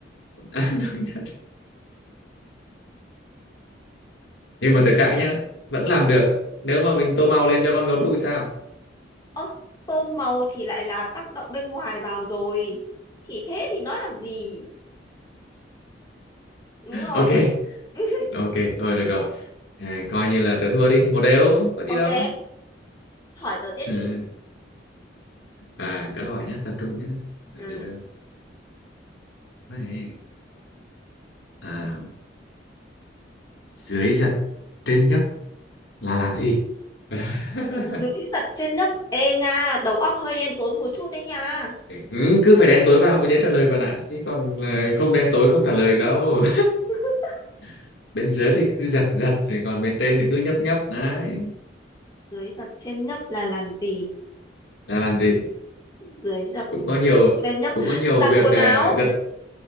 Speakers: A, on the left; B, on the left.
A: <laughs> nhưng mà tớ cãi nhá vẫn làm được nếu mà mình tô màu lên cho con gấu trúc thì sao
B: ơ tôm màu thì lại là tác động bên ngoài vào rồi thì thế thì nói làm gì đúng không
A: ok
B: <laughs>
A: ok thôi được rồi à, coi như là tớ thua đi một đều có gì
B: ok
A: đâu
B: hỏi tớ tiếp
A: ừ.
B: đi
A: à tớ hỏi nhá tập trung nhá bởi
B: ừ.
A: vì là đấy. à, dưới giật trên nhấp là làm gì <laughs>
B: dưới giật trên nấc ê nha đầu óc hơi đen tối một chút đấy nha
A: ừ, cứ phải đen tối vào mới dễ trả lời bạn ạ chứ còn ờ, không đen tối không trả lời được đâu
B: <laughs>
A: <laughs> bên dưới thì cứ giật giật rồi còn bên trên thì cứ nhấp nhấp đấy
B: dưới giật trên nấc là làm gì
A: là làm gì
B: dưới giật
A: cũng có nhiều
B: trên nấc
A: cũng có nhiều
B: giặt
A: việc
B: quần
A: ờ,
B: áo
A: giật